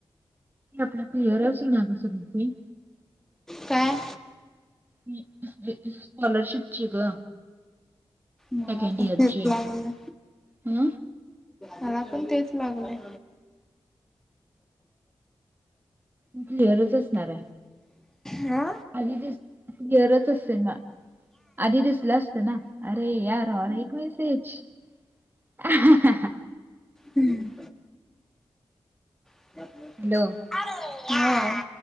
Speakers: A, on the right (about 20°); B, in the centre.
A: आपला क्लियरच होईना गं <unintelligible>
B: काय?
A: <unintelligible> स्कॉलरशिपची ग.
B: मला
A: सेकंड
B: पण
A: इयरची,
B: तेच लागलंय
A: हं.
B: मला पण तेच लागलंय.
A: मी क्लिअरच असणार हाय.
B: हा
A: आली दीस, क्लियरच असेन ना. आधी दिसलं असतं ना अरे यार और एक मेसेज. <inaudible>
B: हम्म. <unintelligible>
A: हॅलो.
B: अरे यार,